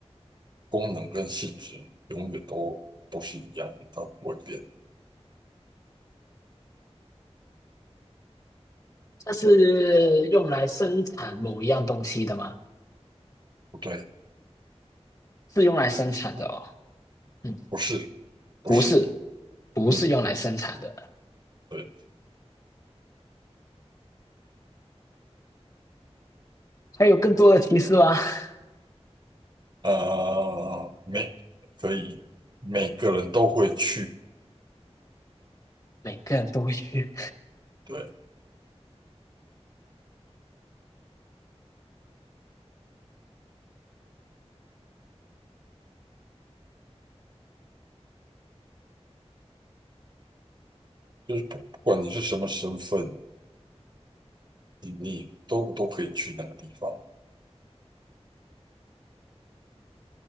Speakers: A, on the right (about 40°); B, on the left (about 30°).
A: 功能跟性质永远都都是一样的，它不会变。
B: 它是用来生产某一样东西的吗？
A: 不对，
B: 是用来生产的哦。嗯，
A: 不是，不是，
B: 不是，不是用来生产的。
A: 嗯，对，
B: 还有更多的提示吗？<laughs>
A: 啊，每可以每个人都会去，
B: 每个人都会去，
A: 对，就是不不管你是什么身份，你你都都可以去那个地方，